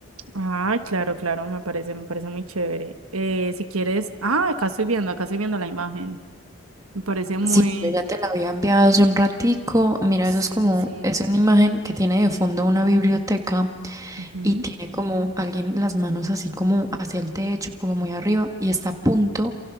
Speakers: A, on the right; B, on the right.
A: Ah, claro, claro, me parece, me parece muy chévere. Eh, si quieres, ah, acá estoy viendo, acá estoy viendo la imagen. Me parece muy,
B: Sí, yo ya te la había enviado hace un ratico. Mira,
A: sí,
B: eso es como,
A: sí.
B: es una imagen que tiene de fondo una biblioteca
A: Ujú.
B: y tiene como alguien las manos así como hacia el techo, como muy arriba, y está a punto